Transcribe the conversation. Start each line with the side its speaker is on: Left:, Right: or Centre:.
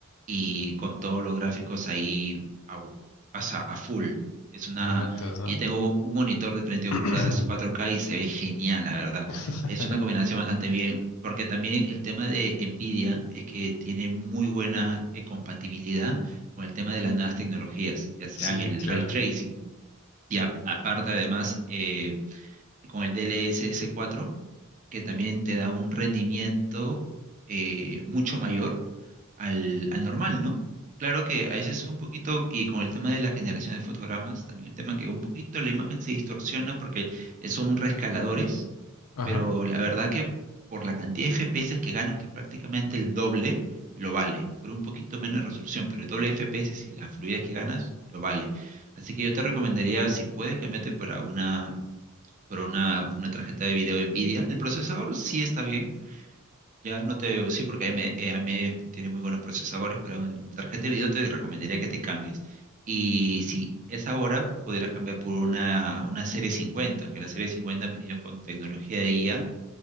Right: y con todos los gráficos ahí a, u- o sea, a full. Es una,
Left: En Natos, ¿no?
Right: y tengo un monitor de 32
Left: <laughs>
Right: pulgadas 4K y se ve genial, la verdad.
Left: <clears throat>
Right: Es una combinación bastante bien, porque también el tema de Nvidia es que tiene muy buena eh, compatibilidad con el tema de las nuevas tecnologías, ya sean
Left: Sí,
Right: el
Left: claro.
Right: ray tracing y a- aparte además eh, con el D L s 4, que también te da un rendimiento eh, mucho mayor al, al normal, ¿no? Claro que a veces un poquito, y con el tema de la generación de fotogramas, también el tema que un poquito la imagen se distorsiona porque son rescaladores
Left: Ajá.
Right: pero la verdad que por la cantidad de FPS que ganas, que es prácticamente el doble, lo vale. Por un poquito menos de resolución, pero el doble de FPS y la fluidez que ganas, lo vale. Así que yo te recomendaría, si puedes, cambiarte para una, para una, una tarjeta de video NVIDIA. El procesador sí está bien. Ya no te, sí, porque AM- AMD, tiene muy buenos procesadores, pero en tarjeta de video te recomendaría que te cambies. Y si es ahora, podrías cambiar por una, una serie 50, que la serie 50 ha venido con tecnología de IA